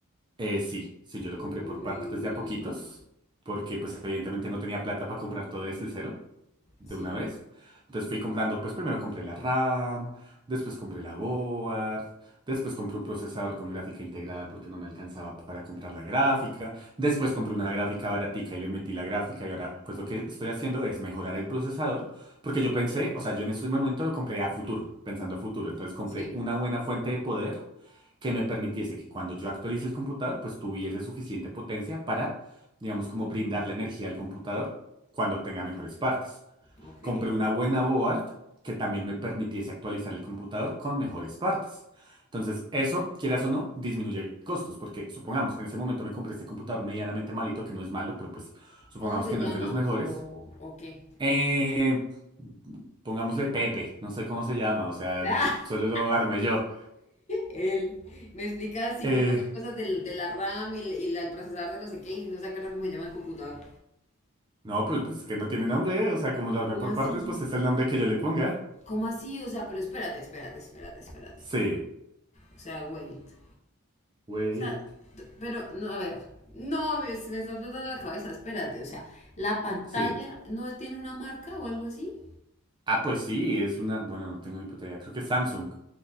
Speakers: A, on the right (about 20°); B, on the left (about 30°).
A: Eh, sí, sí, yo lo
B: Uy,
A: compré por partes de a poquitos porque pues evidentemente no tenía plata para comprar todo desde cero de
B: sí,
A: una vez. Entonces fui comprando, pues primero compré la RAM, después compré la board, después compré un procesador con gráfica integrada porque no me alcanzaba para comprar la gráfica, después compré una gráfica baratica y le metí la gráfica y ahora pues lo que estoy haciendo es mejorar el procesador porque yo pensé, o sea, yo en ese momento lo compré a futuro, pensando a futuro, entonces compré
B: sí.
A: una buena fuente de poder que me permitiese que cuando yo actualice el computador pues tuviese suficiente potencia para, digamos, como brindar la energía al computador cuando tenga mejores partes.
B: Ok.
A: Compré una buena board que también me permitiese actualizar el computador con mejores partes. Entonces, eso, quieras o no, disminuye costos, porque supongamos, en ese momento me compré este computador medianamente malito, que no es malo, pero pues supongamos
B: ¿Cómo se
A: que no
B: llama
A: es de los mejores.
B: o, o qué?
A: Eh, pongámosle Pepe, no sé cómo se llama, o sea,
B: <laughs>
A: solo lo armé yo.
B: Él me explicaba 50
A: Eh,
B: mil cosas del, de la RAM y, la- y la- el procesador de no sé qué y no se acuerda cómo se llama el computador.
A: no, pues, pues es que no tiene nombre, o sea, como lo armé
B: ¿Cómo
A: por
B: así?
A: partes, pues es el nombre que yo le ponga.
B: ¿Cómo así? O sea, pero espérate, espérate, espérate, espérate.
A: Sí,
B: O sea, wait.
A: wait,
B: O sea, t- pero no, a ver. No, me, se me está explotando la cabeza, espérate. O sea, ¿la pantalla
A: sí.
B: no tiene una marca o algo así?
A: Ah, pues sí, es una, bueno, no tengo ni puta idea, creo que es Samsung.